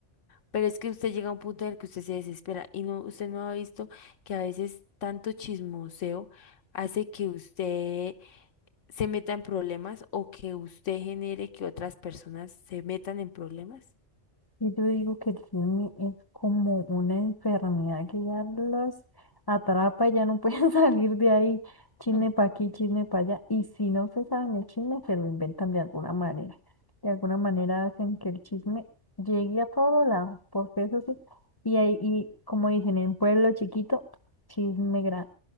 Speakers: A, on the left; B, on the left.
A: Pero es que usted llega a un punto en el que usted se desespera y no, usted no ha visto que a veces tanto chismoseo hace que usted se meta en problemas o que usted genere que otras personas se metan en problemas.
B: Y yo digo que el chisme es como una enfermedad que ya los atrapa y ya no pueden <laughs> salir de ahí. Chisme
A: Mm.
B: para aquí, chisme para allá. Y si no se saben el chisme, se lo inventan de alguna manera. De alguna manera hacen que el chisme llegue a todo lado, porque eso sí. Y ahí, y como dicen en pueblo chiquito, chisme grande.